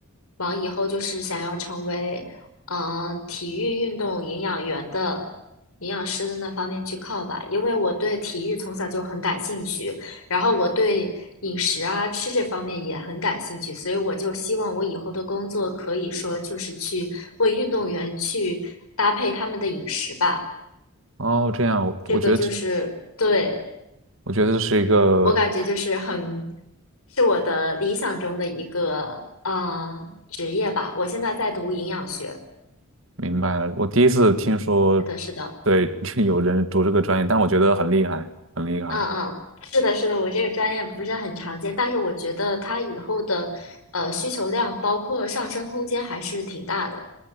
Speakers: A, on the left (about 75°); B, on the right (about 60°).
A: 往以后就是想要成为，嗯、呃体育运动营养员的营养师的那方面去靠吧，因为我对体育从小就很感兴趣，然后我对饮食啊吃这方面也很感兴趣，所以我就希望我以后的工作可以说就是去为运动员去搭配他们的饮食吧。
B: 哦，这样，我我觉得这
A: 这个就是对
B: 我觉得这是一个，
A: 我感觉就是很是我的理想中的一个呃职业吧。我现在在读营养学，
B: 明白了，我第一次听说，
A: 是的，是的，
B: 对，<laughs> 有人读这个专业，但我觉得很厉害，很厉害，
A: 嗯嗯，是的，是的。我这个专业不是很常见，但是我觉得它以后的呃需求量包括上升空间还是挺大的。